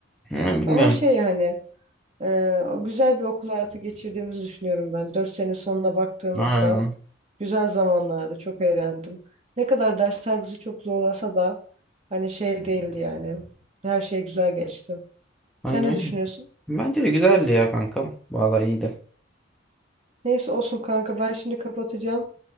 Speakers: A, in the centre; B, on the right.
A: ha, bilmiyorum.
B: Ama şey hani e, güzel bir okul hayatı geçirdiğimizi düşünüyorum ben. Dört sene sonuna baktığımızda
A: Aynen.
B: güzel zamanlardı. Çok eğlendim. Ne kadar dersler bizi çok zorlasa da hani şey değildi yani. Her şey güzel geçti.
A: Aynen.
B: Sen ne
A: aynen.
B: düşünüyorsun?
A: Bence de güzeldi ya kankam. Vallahi iyiydi.
B: Neyse olsun kanka ben şimdi kapatacağım.